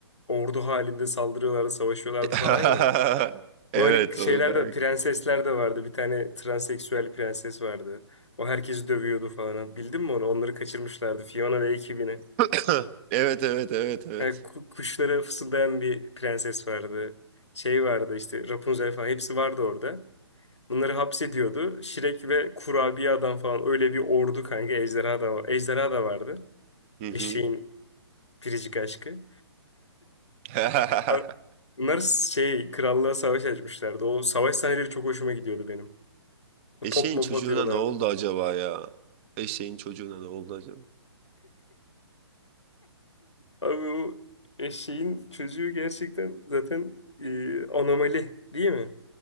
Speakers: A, on the left; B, on the right.
A: ordu halinde saldırıyorlardı, savaşıyorlardı
B: <laughs>
A: falan ya.
B: Evet
A: Bu hani şeyler
B: o bayağı.
A: de prensesler de vardı. Bir tane transseksüel prenses vardı. O herkesi dövüyordu falan. Bildin mi onu? Onları kaçırmışlardı. Fiona ve ekibini.
B: <coughs> Evet evet evet evet.
A: E, ku- kuşlara fısıldayan bir prenses vardı. Şey vardı işte Rapunzel falan hepsi vardı orada. Bunları hapsediyordu. Şirek ve kurabiye adam falan öyle bir ordu kanka. Ejderha da, var- ejderha da vardı. Evet.
B: Hı
A: Eşeğin
B: hı.
A: biricik aşkı.
B: <laughs>
A: A- Bunlar şey krallığa savaş açmışlardı. O savaş sahneleri çok hoşuma gidiyordu benim. O
B: Eşeğin
A: top mop
B: çocuğuna
A: atıyorlardı.
B: ne oldu acaba ya? Eşeğin çocuğuna ne oldu acaba?
A: Abi o eşeğin çocuğu gerçekten zaten e, anomali değil mi?